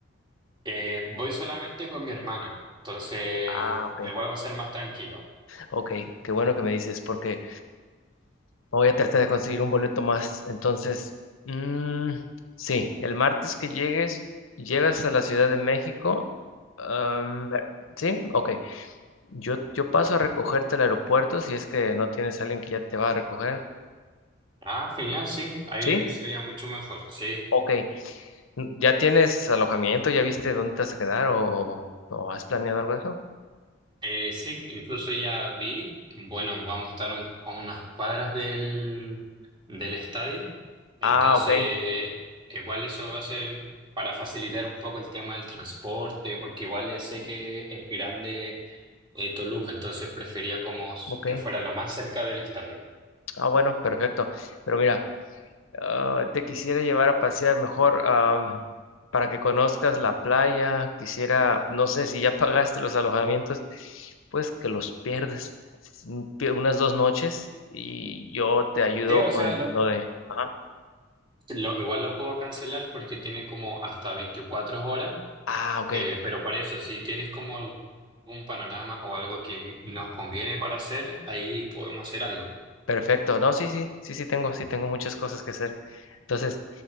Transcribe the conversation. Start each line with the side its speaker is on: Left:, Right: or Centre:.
Right: Eh, voy solamente con mi hermano, entonces
Left: Ah, ok,
Right: igual va a ser más tranquilo.
Left: ok, qué bueno que me dices, porque voy a tratar de conseguir un boleto más. Entonces, mm, sí, el martes que llegues, llegas a la Ciudad de México. am, ver- sí, ok. Yo, yo paso a recogerte al aeropuerto si es que no tienes a alguien que ya te va a recoger.
Right: Ah, genial, sí, ahí
Left: ¿Sí?
Right: sería mucho mejor, sí.
Left: Ok. ¿Ya tienes alojamiento? ¿Ya viste dónde te vas a quedar? ¿O, o has planeado algo de eso?
Right: Eh, sí, incluso ya vi, bueno, vamos a estar un- a unas cuadras del, del estadio, entonces
Left: Ah, ok,
Right: igual eso va a ser para facilitar un poco el tema del transporte, porque igual sé que es grande eh, Toluca, entonces prefería como s-
Left: ok.
Right: que fuera lo más cerca del estadio.
Left: Ah, bueno, perfecto. Pero mira, ah, te quisiera llevar a pasear mejor am, para que conozcas la playa. Quisiera, no sé si ya <laughs> pagaste los alojamientos, pues que los pierdes un- pi- unas dos noches y yo te ayudo
Right: Sí, o
Left: con
Right: sea, lo,
Left: lo de... Ajá.
Right: lo- igual lo puedo cancelar porque tiene como hasta 24 horas.
Left: Ah, ok,
Right: Eh, pero por eso, si tienes como algún panorama o algo que nos conviene para hacer, ahí podemos hacer algo.
Left: perfecto. No, sí, sí, sí, sí tengo, sí tengo muchas cosas que hacer. Entonces...